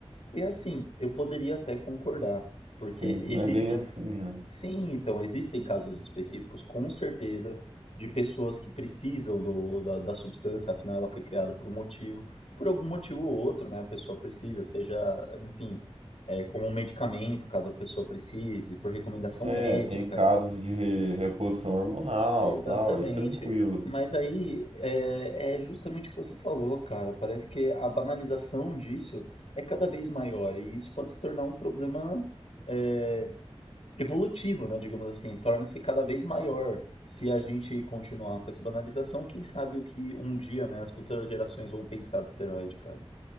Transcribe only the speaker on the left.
E assim, eu poderia até concordar, porque
existem
Sim, então existem casos específicos, com certeza, de pessoas que precisam do, da, da substância, afinal ela foi criada por um motivo, por algum motivo ou outro, né? A pessoa precisa, seja, enfim, é, como um medicamento, caso a pessoa precise, por recomendação
médica.
Exatamente.
Mas aí é, é justamente o que você falou, cara. Parece que a banalização disso é cada vez maior e isso pode se tornar um problema é, evolutivo, né, digamos assim, torna-se cada vez maior. Se a gente continuar com essa banalização, quem sabe o que um dia, né, as futuras gerações vão pensar do esteroide, cara.